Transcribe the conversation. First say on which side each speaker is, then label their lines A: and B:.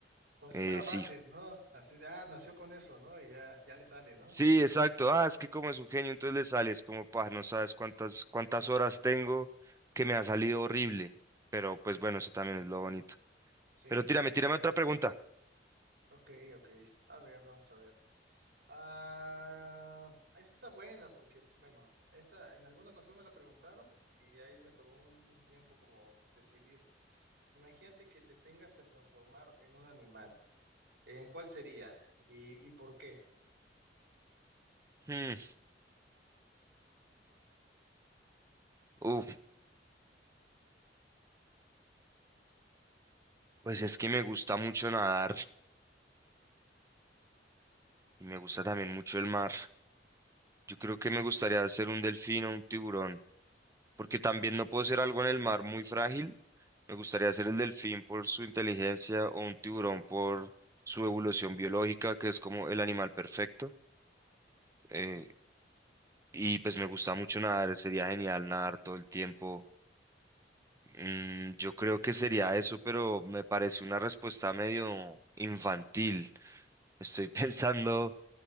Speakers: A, on the right (about 85°); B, on the right (about 20°).
A: como
B: eh,
A: si fuera
B: sí.
A: fácil, ¿no? Así, ah, nació con eso, ¿no? Y ya, ya le sale, ¿no?
B: Sí,
A: Sí,
B: exacto. Ah, es que como es un genio, entonces le sales como, pa, no sabes cuántas, cuántas horas tengo que me ha salido horrible. Pero pues bueno, eso también es lo bonito.
A: sí,
B: Pero tírame,
A: sí, sí.
B: tírame otra pregunta.
A: Ok, ok. A ver, vamos a ver. Ah, esa está buena porque, bueno, esta en alguna ocasión me la preguntaron y ahí me tomó un, un tiempo como decidir. Imagínate que te tengas que transformar en un animal. ¿En cuál sería? ¿Y, y por qué?
B: Hmm, Uf, pues es que me gusta mucho nadar y me gusta también mucho el mar. Yo creo que me gustaría ser un delfín o un tiburón, porque también no puedo ser algo en el mar muy frágil. Me gustaría ser el delfín por su inteligencia o un tiburón por su evolución biológica, que es como el animal perfecto. Eh, y pues me gusta mucho nadar, sería genial nadar todo el tiempo. Mm, yo creo que sería eso, pero me parece una respuesta medio infantil. Estoy <laughs> pensando...